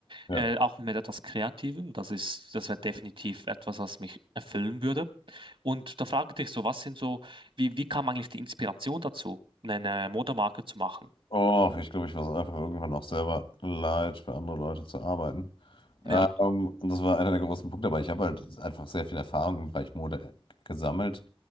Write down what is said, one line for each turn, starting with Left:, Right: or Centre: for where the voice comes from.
Left: ja.
Right: äh, auch mit etwas Kreativem. Das ist, das wäre definitiv etwas, was mich erfüllen würde. Und da frage ich dich so, was sind so, wie, wie kam eigentlich die Inspiration dazu, eine Modemarke zu machen?
Left: Oh, ich glaube, ich war es einfach irgendwann auch selber leid, für andere Leute zu arbeiten.
Right: Ja.
Left: Ähm, und das war einer der großen Punkte, aber ich habe halt einfach sehr viel Erfahrung im Bereich Mode gesammelt.